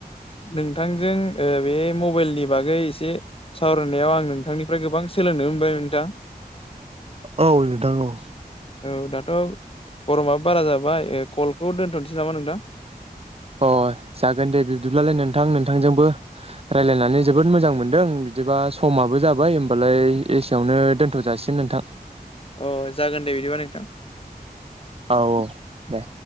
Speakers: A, on the left; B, on the right.
A: नोंथांजों ओ बे मबाइलनि बागै एसे सावरायनायाव आं नोंथांनिफ्राय गोबां सोलोंनो मोनबाय नोंथां।
B: औ नोंथां औ।
A: औ दाथ' गरमाबो बारा जाबाय ओ कलखौ दोन्थ'नोसै नामा नोंथां?
B: अ जागोन दे बिब्दिब्लालाय नोंथां नोंथांजोंबो रायलायनानै जोबोद मोजां मोनदों बिदिबा समाबो जाबाय होमबालाय एसेयावनो दोनथ' जासिगोन नोंथां।
A: अ जागोन दे बिदिबा नोंथां।
B: औ औ दे।